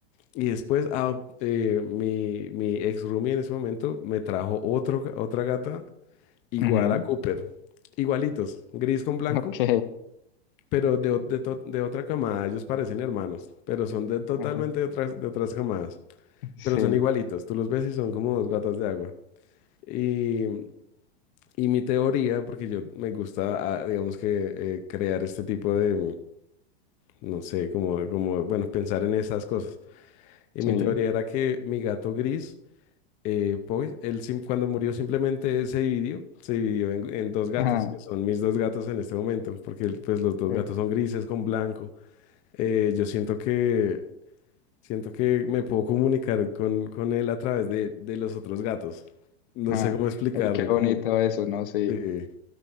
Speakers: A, on the left; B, on the left.
A: Y después ah, eh, mi, mi ex roomie en ese momento me trajo otro, ga- otra gata igual
B: ujú,
A: a Cooper. Igualitos, gris con blanco,
B: ok,
A: pero de, ot- de, to- de otra camada. Ellos parecen hermanos, pero son de totalmente
B: ajá,
A: de otras, de otras camadas.
B: sí,
A: Pero son igualitos. Tú los ves y son como dos gatas de agua. Y, y mi teoría, porque yo me gusta, ah, digamos que eh, crear este tipo de, no sé, como, como, bueno, pensar en esas cosas. Y
B: sí,
A: mi teoría era que mi gato gris Eh, pues él sim- cuando murió simplemente se dividió, se dividió en, en dos gatos,
B: ajá,
A: que son mis dos gatos en este momento, porque él, pues los dos
B: eh,
A: gatos son grises con blanco. Eh, yo siento que, siento que me puedo comunicar con, con él a través de, de los otros gatos. No
B: ajá,
A: sé cómo explicarme,
B: ay, qué bonito
A: cómo...
B: eso, ¿no? Sí,
A: eh,